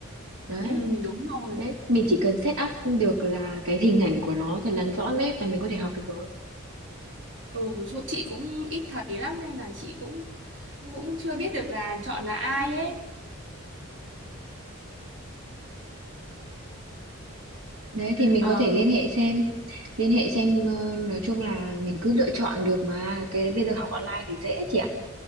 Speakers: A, on the right (about 80°); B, on the right (about 55°).
A: Đấy.
B: Ừ đúng rồi.
A: Đấy, mình chỉ cần set up được là cái hình ảnh của nó thật là rõ nét là mình có thể học được rồi.
B: Ừ chỗ chị cũng ít thấy lắm nên là chị cũng cũng chưa biết được là chọn là ai ấy.
A: Đấy thì mình
B: Ờ,
A: có thể liên hệ xem, liên hệ xem ờ, nói chung là mình cứ lựa chọn được mà cái bây giờ học online thì dễ chị ạ.